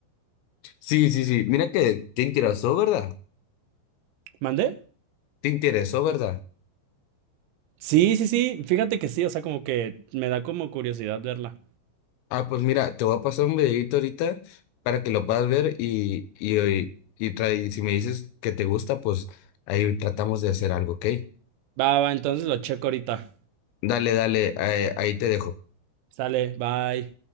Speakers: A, on the left; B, on the right.
A: Sí, sí, sí. Mira que te interesó, ¿verdad?
B: ¿Mandé?
A: Te interesó, ¿verdad?
B: Sí, sí, sí, fíjate que sí, o sea, como que me da como curiosidad verla.
A: Ah, pues mira, te voy a pasar un videito ahorita para que lo puedas ver y, y, y, y tra- y si me dices que te gusta, pues ahí tratamos de hacer algo, ¿ok?
B: Va, va, entonces lo checo ahorita.
A: Dale, dale, eh, ahí te dejo.
B: Sale, bye.